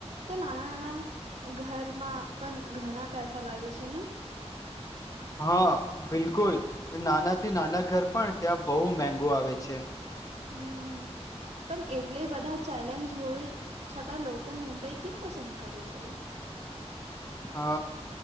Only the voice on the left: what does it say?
હા બિલકુલ નાનાથી નાના ઘર પણ ત્યાં બહુ મેગો આવે છે
અ